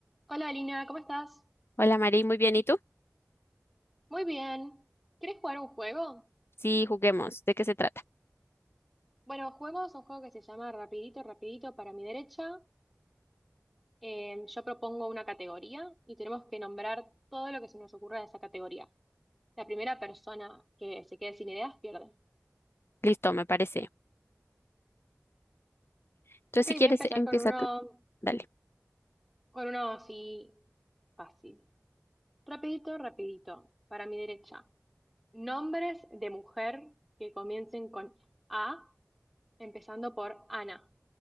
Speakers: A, in the centre; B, on the left (about 45°).
A: Hola Lina, ¿cómo estás?
B: Hola Mari, muy bien. ¿Y tú?
A: Muy bien. ¿Quieres jugar un juego?
B: Sí, juguemos. ¿De qué se trata?
A: Bueno, juguemos un juego que se llama Rapidito, Rapidito para mi derecha. Eh, yo propongo una categoría y tenemos que nombrar todo lo que se nos ocurra de esa categoría. La primera persona que se quede sin ideas pierde.
B: Listo, me parece. Entonces,
A: Ok,
B: si quieres,
A: voy a empezar
B: empieza
A: con uno,
B: tú. Dale.
A: con uno así fácil. Rapidito, rapidito, para mi derecha. Nombres de mujer que comiencen con A, empezando por Ana,